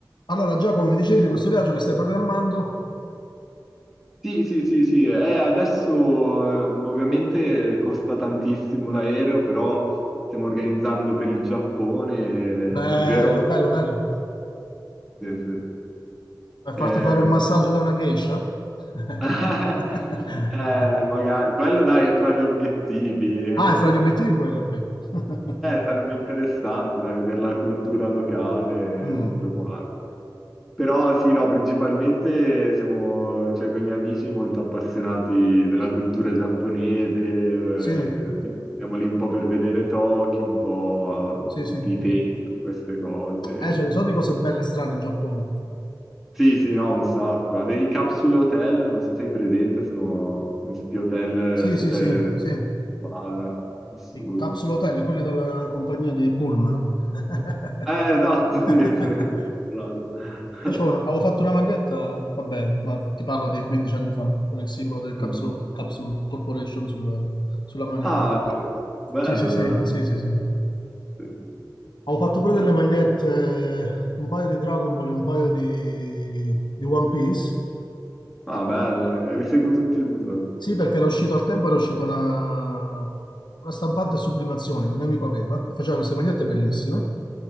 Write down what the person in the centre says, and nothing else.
Sì, sì, sì, sì, eh, adesso eh, ovviamente costa tantissimo l'aereo, però stiamo organizzando per il Giappone,
eh, davvero,
sì, sì.
Eh,
<laughs> eh, magari, quello dai è fra gli obiettivi, <laughs> eh,
sarebbe interessante dai, vedere la cultura locale,
tutto quanto. Però sì, no, principalmente siamo, cioè, con i miei amici molto appassionati della cultura giapponese, eh,
quindi andiamo lì un po' per vedere Tokyo, un po'
tutti
i templi, queste cose.
Sì, sì, no, un sacco. Ha dei capsule hotel, non so se sei presente, sono questi hotel,
eh, se
c'è...
Bara, assurdo.
Eh, esatto, sì, sì. <laughs> Bravo. <laughs>
Mm.
Ah, sì. Bello,
bello.
Sì, sì.
Eh.
Ah, bello, eh, li seguo tutti e due.
<laughs>